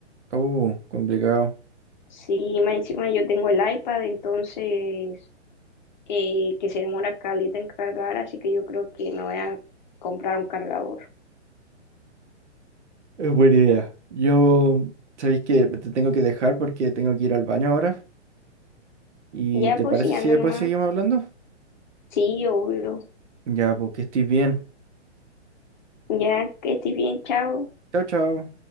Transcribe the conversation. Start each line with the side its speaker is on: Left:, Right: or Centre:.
Right: Oh, complicado.
Left: Sí, más encima yo tengo el iPad, entonces eh, que se demora caleta en cargar, así que yo creo que me voy a comprar un cargador.
Right: Es buena idea. Yo, sabéis que te tengo que dejar porque tengo que ir al baño ahora. ¿Y
Left: Ya
Right: te
Left: pues
Right: parece
Left: sí, anda
Right: si después
Left: nomás.
Right: seguimos hablando?
Left: Sí, obvio.
Right: Ya, pues que estés bien.
Left: Ya que estoy bien, chao.
Right: Chao, chao.